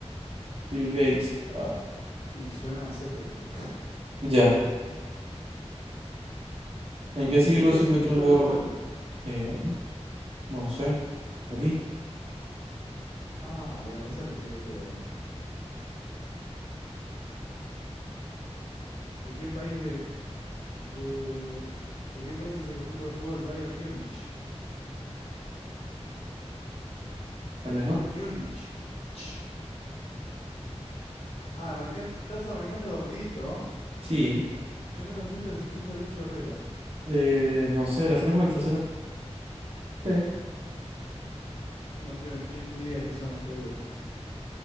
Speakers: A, on the right; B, on the left.
A: Bill Gates. Ah,
B: Y suena a Zeppelin.
A: ya. ¿En
B: ¿En
A: qué
B: qué
A: siglo
B: siglo
A: se
B: se
A: inventó
B: invitó
A: el gol?
B: el golf?
A: Eh, no sé. Aquí,
B: Ah, bueno, esa le pegué pedo. ¿De qué país de, de, de qué país es el equipo de fútbol Bayern Múnich?
A: alemán.
B: Múnich. Ch. Ah, arrancaste, estás arrancando dormidito.
A: Sí.
B: ¿Qué honor ostenta el ciclista Lucho Herrera?
A: Eh, no sé, las tres vueltas, ¿será? Sí.
B: No tengo que- ni idea qué son las tres vueltas.